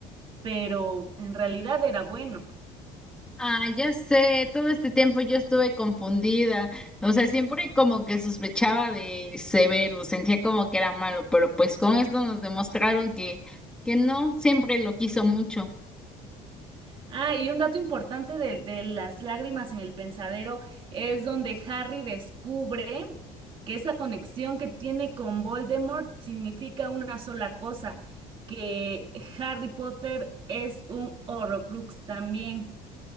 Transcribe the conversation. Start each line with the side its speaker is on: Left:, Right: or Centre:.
Right: pero en realidad era bueno.
Centre: Ah, ya sé, todo este tiempo yo estuve confundida, o sea, siempre como que sospechaba de Severus, sentía como que era malo, pero pues con esto nos demostraron que, que no, siempre lo quiso mucho.
Right: Ah, y un dato importante de, de las lágrimas en el pensadero es donde Harry descubre que esa conexión que tiene con Voldemort significa una sola cosa, que Harry Potter es un Horrocrux también.